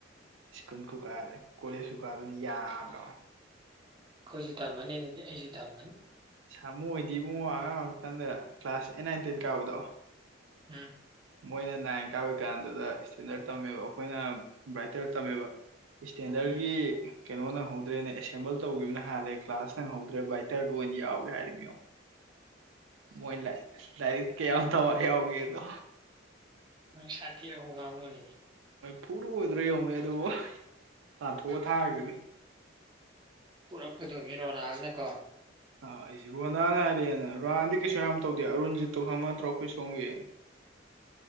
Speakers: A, on the right (about 80°); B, on the right (about 25°).
A: ꯁ꯭ꯀꯨꯜ ꯀꯀꯥ ꯀꯣꯂꯦꯖꯁꯨꯨꯀꯥ ꯑꯗꯨꯅ ꯌꯥꯕ꯭ꯔꯣ
B: ꯑꯩꯈꯣꯏꯁꯨ ꯇꯝꯃꯅꯤ ꯑꯗꯨꯗꯤ ꯑꯩꯁꯨ ꯇꯝꯃꯅꯤ
A: ꯁꯥꯃꯣꯏ ꯑꯣꯏꯗꯤ ꯏꯕꯨꯡꯉꯣ ꯑꯉꯥꯡ ꯑꯣꯏꯔꯀꯥꯟꯗ ꯀ꯭ꯂꯥꯁ ꯑꯩꯠ ꯅꯥꯏꯟ ꯇꯦꯟ ꯀꯥꯕꯗꯣ
B: ꯎꯝ
A: ꯃꯣꯏꯅ ꯅꯥꯏꯟ ꯀꯥ ꯑꯣꯏ ꯀꯥꯟꯗꯨꯗ ꯏꯁꯇꯦꯟꯗꯔꯠ ꯇꯝꯃꯦꯕ ꯑꯩꯈꯣꯏꯅ ꯕ꯭ꯔꯥꯏꯇꯔ ꯇꯝꯃꯦꯕ ꯏꯁꯇꯦꯟꯗꯔꯒꯤ
B: ꯎꯝ
A: ꯀꯩꯅꯣ ꯅꯪꯍꯧꯗ꯭ꯔꯦꯅ ꯑꯦꯁꯦꯝꯕꯜ ꯇꯧꯈꯤꯕꯅ ꯍꯥꯜꯂꯦ ꯀ꯭ꯂꯥꯁ ꯅꯪꯍꯧꯗ꯭ꯔꯦ ꯕꯥꯏꯇꯔꯗꯨ ꯑꯣꯏꯅ ꯌꯥꯎꯒꯦ ꯍꯥꯏꯔꯤꯕꯃꯤꯉꯣ ꯃꯣꯏ ꯂꯥꯏꯔꯤꯛ ꯀꯌꯥꯝ ꯊꯋꯥꯏ ꯌꯥꯎꯒꯦꯗꯣ
B: ꯅꯪ ꯁꯥ ꯇꯦꯔꯥ ꯍꯒꯍ ꯍꯣꯅꯤꯅꯦ
A: ꯐꯨꯔꯣꯏꯗ꯭ꯔꯥ ꯌꯧꯅ ꯑꯗꯨꯕꯨ ꯇꯥꯟꯊꯣꯛꯑ ꯊꯥꯔꯗꯤ
B: ꯄꯔ ꯀ ꯑꯗꯨ ꯃꯤꯔꯣ ꯅ ꯍꯥꯜꯅꯦ ꯀꯣ
A: ꯑ ꯑꯩꯁꯦ ꯔꯣꯅꯥꯅ ꯍꯥꯏꯔꯛꯑꯦꯅ ꯔꯣꯅꯥꯥꯟꯗꯤ ꯀꯩꯁꯨ ꯌꯥꯝ ꯇꯧꯗꯦ ꯑꯔꯨꯟꯖꯤꯠꯇꯣ ꯈꯪꯕ ꯅꯠꯇ꯭ꯔꯣ ꯑꯩꯈꯣꯏ ꯁꯣꯝꯒꯤ <unintelligible>